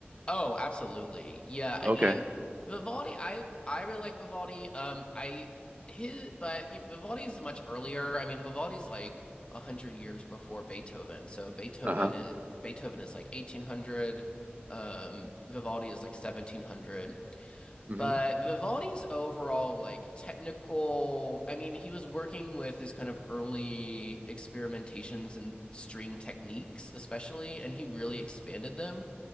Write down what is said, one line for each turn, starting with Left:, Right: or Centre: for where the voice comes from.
Left: oh, absolutely. Yeah. I
Right: Okay.
Left: mean, Vivaldi, I I really like Vivaldi. Um, I his but Vivaldi is much earlier. I mean, Vivaldi's like a hundred years before Beethoven. So Beethoven
Right: Uh-huh.
Left: is Beethoven is like 1800. Um, Vivaldi is like 1700.
Right: Mm-hmm.
Left: But Vivaldi's overall, like technical, I mean, he was working with his kind of early experimentations and string techniques, especially, and he really expanded them.